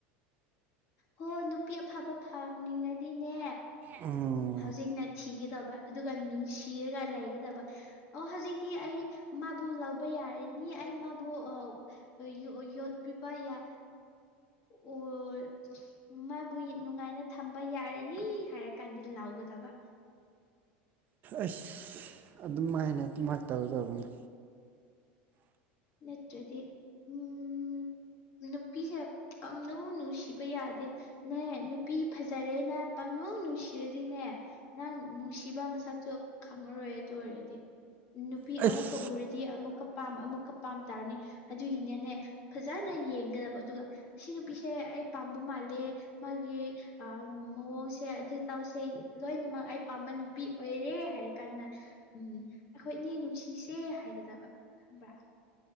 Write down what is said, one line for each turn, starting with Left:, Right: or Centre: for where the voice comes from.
Left: ꯍꯣ ꯅꯨꯄꯤ ꯑꯐꯕ ꯐꯪꯅꯤꯡꯉꯗꯤꯅꯦ
Right: ꯎꯝ
Left: ꯍꯧꯖꯤꯛꯅ ꯊꯤꯒꯗꯕ ꯑꯗꯨꯒ ꯅꯨꯡꯁꯤꯔꯒ ꯂꯩꯒꯗꯕ ꯑꯣ ꯍꯧꯖꯤꯛꯇꯤ ꯑꯩ ꯃꯥꯕꯨ ꯂꯧꯕ ꯌꯥꯔꯅꯤ ꯑꯩ ꯃꯥꯕꯨ ꯑꯣ ꯌꯣ ꯌꯣꯠ ꯄꯤꯕ ꯌꯥ ꯑꯣꯢ ꯃꯥꯕꯨ ꯅꯨꯡꯉꯥꯏꯅ ꯊꯝꯕ ꯌꯥꯔꯅꯤ ꯍꯥꯏꯔꯀꯥꯟꯗ ꯂꯥꯎꯒꯗꯕ
Right: ꯑꯁ ꯑꯗꯨꯝꯥꯏꯅ ꯑꯗꯨꯃꯥꯏꯅ ꯇꯧꯗꯧꯕꯅꯤ
Left: ꯅꯠꯇ꯭ꯔꯗꯤ ꯎꯝ ꯅꯨꯄꯤꯁꯦ ꯄꯪꯅꯨꯡ ꯅꯨꯡꯁꯤꯕ ꯌꯥꯗꯦ ꯅꯣꯢ ꯅꯨꯄꯤ ꯐꯖꯔꯦꯅ ꯄꯪꯅꯨꯡ ꯅꯨꯡꯁꯤꯔꯗꯤꯅꯦ ꯅꯪ ꯅꯨꯡꯁꯤꯕ ꯃꯁꯛꯁꯨꯨ ꯈꯪꯉꯔꯣꯏ ꯑꯗꯨ ꯑꯣꯏꯔꯗꯤ ꯅꯨꯄꯤ
Right: ꯑꯩꯁ
Left: ꯑꯃꯨꯛꯀ ꯎꯔꯗꯤ ꯑꯃꯨꯛꯀ ꯄꯥꯝ ꯑꯃꯨꯛꯀ ꯄꯥꯝ ꯇꯧꯔꯅꯤ ꯑꯗꯨꯒꯤꯅꯦꯅꯦ ꯐꯖꯅ ꯌꯦꯡꯒꯗꯕ ꯑꯗꯨꯒ ꯁꯤ ꯅꯨꯄꯤꯁꯦ ꯑꯩ ꯄꯥꯝꯕ ꯃꯥꯜꯂꯦ ꯃꯥꯒꯤ ꯑ ꯃꯑꯣꯡꯁꯦ ꯑꯗꯨ ꯇꯥꯎꯁꯦ ꯂꯣꯏꯅꯃꯛ ꯑꯩ ꯄꯥꯝꯕ ꯅꯨꯄꯤ ꯑꯣꯏꯔꯦ ꯍꯥꯏꯔꯀꯥꯟꯗ ꯎꯝ ꯑꯈꯣꯏ ꯑꯅꯤ ꯅꯨꯡꯁꯤꯁꯦ ꯍꯥꯏꯒꯗꯕ ꯈꯪꯕ꯭ꯔꯥ